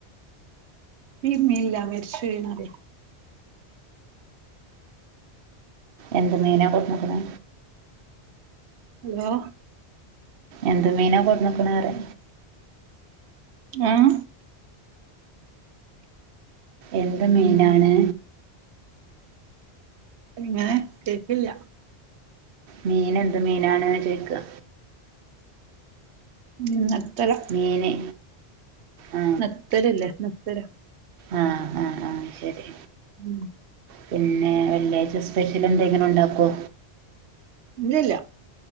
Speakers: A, on the right (about 80°); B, on the right (about 60°).
A: ഇപ്പി ഇമ്മില്ല മരിച്ചുപോയിന്ന് പരിയാ
B: എന്ത് മീനാണ് കൊടുന്നക്ക്ണ്
A: ഹലോ
B: എന്ത് മീനാ കൊട്ന്നക്ക്ന്ന്പറയാ
A: ആഏ
B: എന്ത് മീനാണ്
A: ഞാൻ കേക്കില്ല
B: മീൻ എന്ത് മീനാണ് ചോദിക്കുക
A: ഇന്നട്ത്തരം
B: മീന് ആ
A: നെത്തല്‌ ഇല്ലേ നെത്തല്
B: ആ ആ അയ് ശരി
A: ഉം
B: പിന്നെ വെള്ളിയാഴ്ച സ്പെഷ്യൽ എന്തെങ്കിലും ഉണ്ടാക്കോ
A: ഇല്ലല്ല